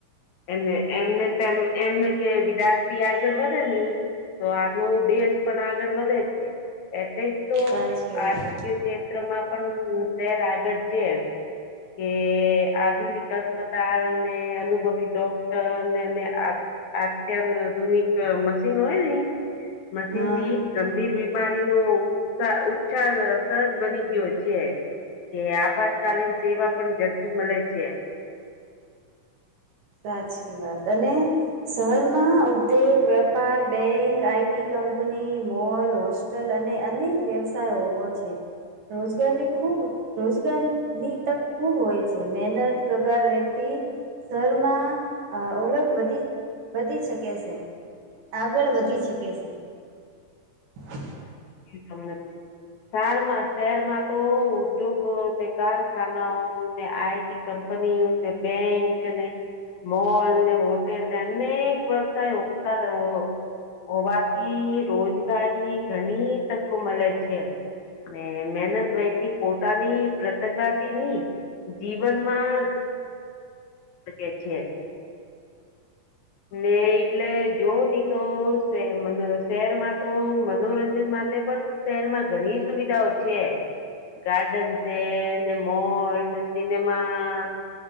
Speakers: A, on the left; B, on the right.
A: એમ એમને એમને કે વિદ્યાર્થી આગળ વધે ની તો આપણો દેશ પણ આગળ વધે છે. એટલે જ તો
B: સાચી વાત
A: ક્ષેત્રમાં પણ શર આગળ છે. કે આધુનિક અસ્પતાલ ને અનુભવી ડોક્ટર ને અત્યંત આધુનિક મશીન હોયઈ મશીન
B: હા.
A: થી ગંભીર બીમારીનોો ઉપ ઉપચાર સહજ બની ગયો છે. કે આપાત કલીન સેવા પણ ઝડપી મળે છે.
B: સાચી વાત અને શહેરમાં ઉદ્યોગ વેપાર bank IT company mall hostel અનેક વ્યવસાય ઉભો છે. રોજગારની ખૂબ. રોજગારની તક ખૂબ હોય છે. મહેનત કગાર વ્યક્તિ શ માં ઓળખ વધી વધી શકે છે. આગળ વધી શકે છે. હ.
A: હમને શમાં શહેરમાં તો ઉદ્યોગો ને કારખાનાઓ ને આઈટી. કંપની ને બેંક અને. મોલ ને હોટેલ ને અનેક વ્યવસાય હોતા હતા. હોવાથી રોજગારની ઘણી તકો મળે છે ને મહેહનત વ્યહેતિ પોતાની. પ્રતભાથી નહ જીવનમાં કે છે. ને એટલે જોવ નહી, તો શહેરમાં તો મનોરંજન માટે પણ શહેરમાં ઘણી સુવિધાઓ છે. ગાર્ડન છે. મોલ ને સિનેમા.